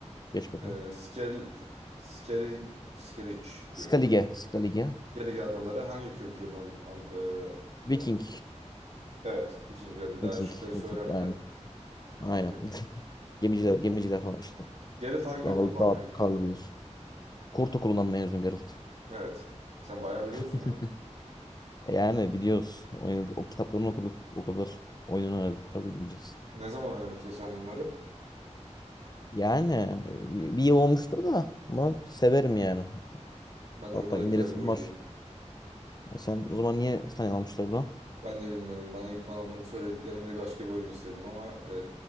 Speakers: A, on the left; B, on the right.
A: Geç bakalım.
B: E, Skel, Skeli, Skeliç diye
A: Skalige.
B: okunuyor.
A: Skalige.
B: Skellige Adaları hangi kültürün an, an- e,
A: Viking.
B: Evet. Vikinglerin daha
A: Viking.
B: şıkları söylemeden
A: Viking. Aynen. Aynen.
B: bildin.
A: <laughs> Gemiciler, gemiciler falan işte.
B: Gerrit hangi
A: Dağlı,
B: okuldan
A: dağ,
B: mezunudur?
A: karlı bir yer. Kurt okulundan mezun Geralt.
B: Evet. Sen bayağı biliyorsun
A: <laughs>
B: ha.
A: E Yani biliyoruz. Oynadık. O kitaplarını okuduk. O kadar oyununu oynadık. Tabii bileceğiz.
B: Ne zaman oynamıştın sen bunları?
A: Yani e, bir bir yıl olmuştur da ama severim yani.
B: Bence
A: Hatta
B: o kadar
A: indiresim
B: güzel bir oyun
A: var.
B: değil.
A: E Sen o zaman niye sen almışlar buna?
B: Ben de bilmiyorum. Bana ilk bana bunu söylediklerinde başka bir oyun istedim ama e,